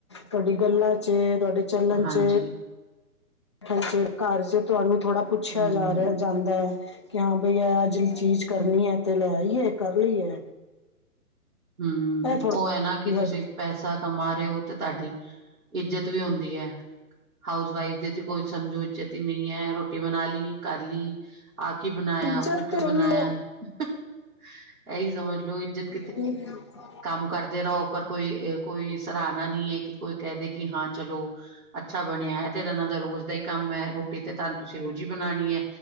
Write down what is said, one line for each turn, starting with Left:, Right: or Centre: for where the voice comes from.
Left: ਤੁਹਾਡੀ ਗੱਲਾ 'ਚ ਤੁਹਾਡੇ ਚਲਣ
Right: ਹਾਂਜੀ
Left: 'ਚ ਹਾਂਜੀ ਘਰ 'ਚ ਤੁਹਾਨੂੰ ਥੋੜਾ ਪੁੱਛਿਆ
Right: ਹਮ
Left: ਜਾ ਰਿਹਾ ਜਾਂਦੈ ਕਿਓਂ ਬਈ ਐ ਆਜ ਏਚੀਜ਼ ਕਰਨੀ ਐ ਤੇ ਲੈਆਈਏ ਕਰ ਲਈਏ
Right: ਹੂੰ
Left: ਇਹ ਥੋੜਾ
Right: ਉਹ ਐ ਨਾ ਕਿ ਤੁਸੀ
Left: ਹਸ
Right: ਪੈਸਾ ਕਮਾ ਰਏ ਓ ਤੇ ਧਾਡੀ, ਇੱਜਤ ਵੀ ਔਦੀ ਐ। ਹਾਊਸ ਵਾਈਫ ਦੀ ਕੋਈ ਸਮਝੋ ਇੱਜਤ ਈ ਨੀ ਐ ਰੋਟੀ ਬਣਾ ਲੀ, ਕਰ ਲੀ ਆ ਕੀ ਬਣਾਇਆ
Left: ਇੱਜ਼ਤ
Right: ਓ ਕਿਉਂ
Left: ਤੇ ਚਲੋ
Right: ਬਣਾਇਆ, ਹੂੰ, ਏਈ ਸਮਝ ਲੋੋ ਇਜਤ
Left: <unintelligible>
Right: ਕਾਮ ਕਰਦੇ ਰਓ ਪਰ ਕੋਈ- ਕੋਈ ਸਰਾਹਨਾ ਨਈ ਐ ਕਿ ਕੋਈ ਕੈਹ ਦੇ ਕਿ ਹਾਂ ਚਲੋ ਅੱਛਾ ਬਣਿਆ ਐ ਤੇ ਏਨਾ ਦਾ ਰੋਜ਼ ਦਾ ਏ ਕੰਮ ਐ ਰੋਟੀ ਤੇ ਧਾ ਤੁਸੀ ਰੋਜ਼ ਈ ਬਣਾਣੀ ਐ